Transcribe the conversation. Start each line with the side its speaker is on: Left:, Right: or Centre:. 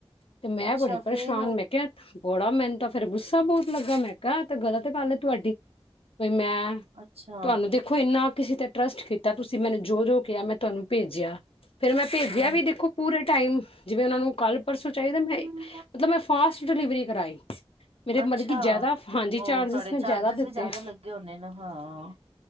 Left: ਤੇ ਮੈਂ
Right: ਅੱਛਾ
Left: ਬੜੀ ਪਰੇਸ਼ਾਨ,
Right: ਫੇਰ
Left: ਮੈਂ ਕਿਹਾ ਬੜਾ ਮੈਹੂੰ ਤਾਂ ਫੇਰ ਗੁੱਸਾ ਬਹੁਤ ਲੱਗਾ, ਮੈਂ ਕਿਹਾ ਤੇ ਗਲਤ ਗਲ ਹੈ ਤੁਹਾਡੀ। ਮੈਂ
Right: ਅੱਛਾ
Left: ਤੁਹਾਨੂੰ ਦੇਖੋ ਇੰਨਾ ਕਿਸੇ ਤੇ ਟਰੱਸਸਟ ਕੀਤਾ ਤੁਸੀਂ, ਮੈਨੂੰ ਜੋ ਜੋ ਕਿਹਾ ਮੈਂ ਤੁਹਾਨੂੰ ਭੇਜਿਆ। ਫਿਰ ਮੈਂ ਭੇਜਿਆ
Right: ਹੂੰ
Left: ਵੀ ਦੇਖੋ, ਪੂਰੇ ਟਾਈਮ ਜਿਵੇਂ ਉਹਨਾਂ ਨੂੰ, ਕੱਲ੍ਹ -ਪਰਸੋਂ ਚਾਹੀਦਾ ਮੈਂ
Right: ਹੂੰ
Left: ਮਤਲਬ ਮੈਂ ਫਾਸ <inaudible> ਡਿਲੀਵਰੀ ਕਰਾਈ। ਮੇਰੇ ਮਤਲਬ
Right: ਅੱਛਾ,
Left: ਕਿ ਜ਼ਿਆਦਾ ਹਾਂਜੀ
Right: ਹੋਰ
Left: ਚਾਰਜਿਸ
Right: ਤੁਹਾਡੇ
Left: ਮੈਂ
Right: ਚਾਰਜਿਸ
Left: ਦਿੱਤੇ
Right: ਵੀ ਜ਼ਿਆਦਾ ਲੱਗੇ ਹੁੰਦੇਨ ਹਾਂ।